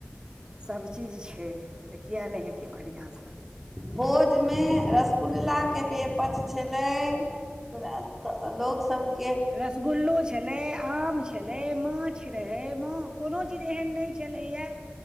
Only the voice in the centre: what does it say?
भोजमे रसगुल्लाके पे पच छलै। तऽ लोक सबके।